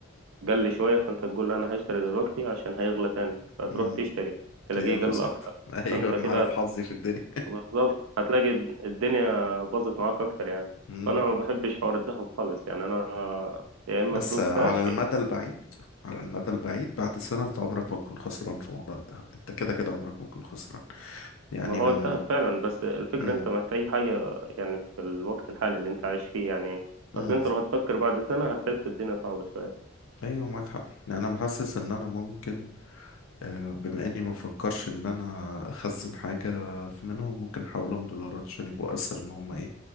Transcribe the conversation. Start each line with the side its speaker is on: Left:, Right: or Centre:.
Right: قل شوية فانت تقول لا انا هشتري دلوقتي عشان هيغلى تاني فتروح
Left: مم.
Right: تشتري تلاقيه
Left: تلاقيه يرخص
Right: قل أكتر
Left: اكتر <laughs> ايوه
Right: فانت كده
Left: انا عارف حظي في الدنيا
Right: بالظبط هتلاقي الدنيا باظت معاك أكتر يعني
Left: مم.
Right: فأنا ما بحبش حوار الذهب خالص يعني أنا يا إما
Left: بس
Right: فلوس
Left: على
Right: كاش
Left: المدى البعيد على المدى البعيد بعد سنة انت عمرك ما تكون خسران في موضوع الذهب انت كده كده عمرك ما تكون خسران يعني
Right: ما هو
Left: من
Right: انتهى فعلا بس الفكرة
Left: مم.
Right: انت محتاج حاجة يعني في الوقت الحالي اللي انت عايش فيه يعني
Left: مم.
Right: اصل انت لو هتفكر بعد سنة هتحس الدنيا صعبة شوية
Left: ايوه معاك حق يعني انا محسس ان انا ممكن آه، بما اني ما فكرش ان انا اخزن حاجة في منهم ممكن احولهم دولارات عشان يبقوا اسهل ان هم ايه